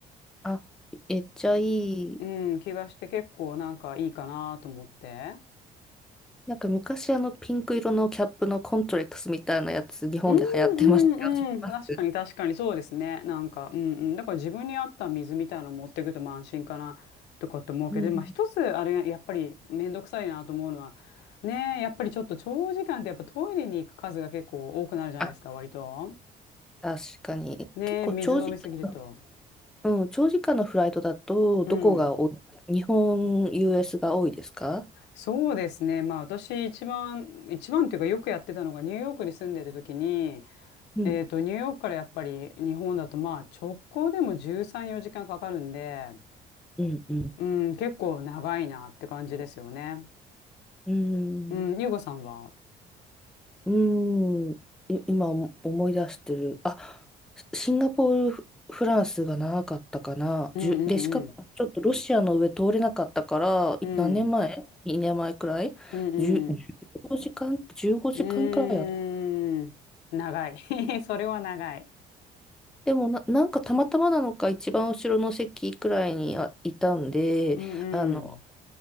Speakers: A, in the centre; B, on the left.
A: あ、めっちゃいい。
B: うん、気がして結構なんかいいかなと思って。
A: なんか、昔、あの、ピンク色のキャップのコントレックスみたいなやつ、日本で流行ってましたけど、
B: うんうんうん。
A: 知ってます
B: 確かに確かにそうですね。なんか、うんうん。だから自分に合った水みたいなの持ってくとまあ安心かなとかって思うけど、
A: うん。
B: まあ一つあれやっぱりめんどくさいなと思うのは、ねえ、やっぱりちょっと長時間ってやっぱトイレに行く数が結構多くなるじゃないですか、
A: あ、
B: 割と。
A: 確かに。
B: ねえ、
A: 結構、
B: 水飲みすぎると。
A: 長時間、うん、長時間のフライトだと、
B: うん。
A: どこが多い日本、US が多いですか
B: そうですね。まあ私一番、一番っていうかよくやってたのがニューヨークに住んでる時に、
A: うん。
B: えっと、ニューヨークからやっぱり日本だとまあ直行でも13、4時間かかるんで、
A: うん、うん。
B: うん、結構長いなって感じですよね。
A: うん。
B: うん、ゆうごさんは。
A: うーん、い今思い出してる。あ、シンガポール、フフランスが長かったかな。
B: うんうんうん。
A: じゅで、しかもちょっとロシアの上通れなかったから、
B: うん。
A: い何年前 ?2 年前くらい
B: うんうん。
A: ?10、1時間、15時間くらいやった
B: うーん。長い。<laughs> それは長い。
A: でもな、なんかたまたまなのか一番後ろの席くらいにあいたんで、
B: うんうん。
A: あの、